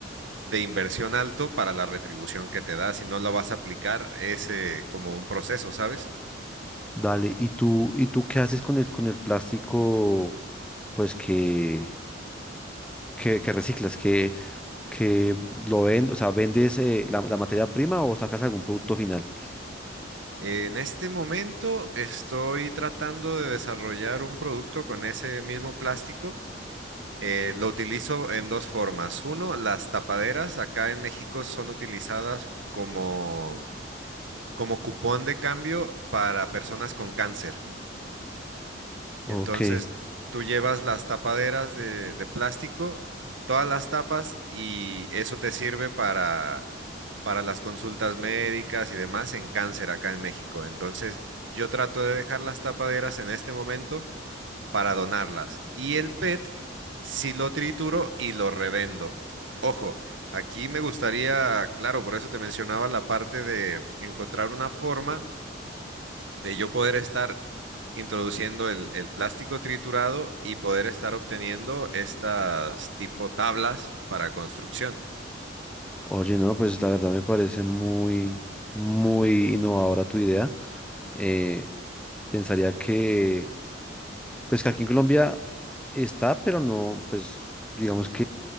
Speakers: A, on the right; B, in the centre.
A: de inversión alto para la retribución que te da. Si no lo vas a aplicar, es eh, como un proceso, ¿sabes?
B: Dale, ¿y tú, y tú qué haces con el, con el plástico, pues que, que, que reciclas, que, que lo vendes, o sea, vendes eh, la, la materia prima o sacas algún producto final?
A: En este momento estoy tratando de desarrollar un producto con ese mismo plástico Eh, lo utilizo en dos formas. Uno, las tapaderas acá en México son utilizadas como, como cupón de cambio para personas con cáncer.
B: Ok,
A: Entonces, tú llevas las tapaderas de, de plástico, todas las tapas y eso te sirve para, para las consultas médicas y demás en cáncer acá en México. Entonces, yo trato de dejar las tapaderas en este momento para donarlas. Y el PET sí lo trituro y lo revendo. Ojo, aquí me gustaría, claro, por eso te mencionaba la parte de encontrar una forma de yo poder estar introduciendo el, el plástico triturado y poder estar obteniendo estas tipo tablas para construcción.
B: oye, no, pues la verdad me parece muy, muy innovadora tu idea. Eh, pensaría que, pues que aquí en Colombia está, pero no, pues digamos